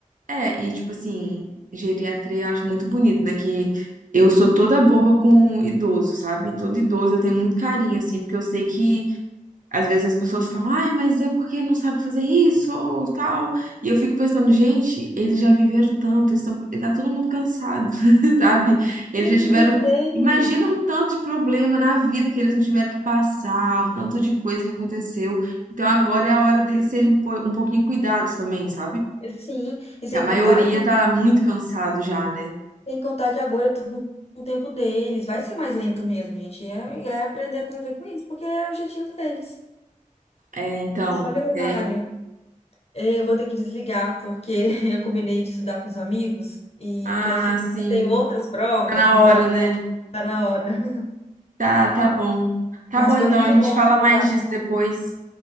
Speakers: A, on the right; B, on the left.
A: É, e tipo assim, geriatria eu acho muito bonito, né? Que eu sou toda boba com idoso, sabe? Todo idoso eu tenho muito carinho, assim, porque eu sei que Às vezes as pessoas falam, ai, mas é porque não sabe fazer isso ou tal. E eu fico pensando, gente, eles já viveram tanto, estão, tá todo mundo cansado, <laughs> sabe?
B: Deixa
A: Eles já
B: Ele
A: tiveram.
B: no tempo dele.
A: Imagina o tanto de problema na vida que eles não tiveram que passar, o tanto de coisa que aconteceu. Então agora é a hora deles serem um po- um pouquinho cuidados também, sabe?
B: Sim, e sem
A: A maioria
B: contar que,
A: tá muito cansado já, né?
B: sem contar que agora é tudo no tempo deles. Vai ser mais lento mesmo, gente. é, é aprender a conviver com isso, porque é o jeitinho deles.
A: É, então,
B: Não só olha o horário.
A: é...
B: É, Eu vou ter que desligar, porque <laughs> eu combinei de estudar com os amigos e
A: Ah,
B: que essa semana
A: sim,
B: eu tenho outras provas,
A: tá na
B: então
A: hora, né?
B: tá na hora. <laughs>
A: Tá, tá bom. Tá
B: Mas
A: bom,
B: foi
A: então,
B: muito
A: a gente
B: bom
A: fala
B: voltar.
A: mais disso
B: com-
A: depois.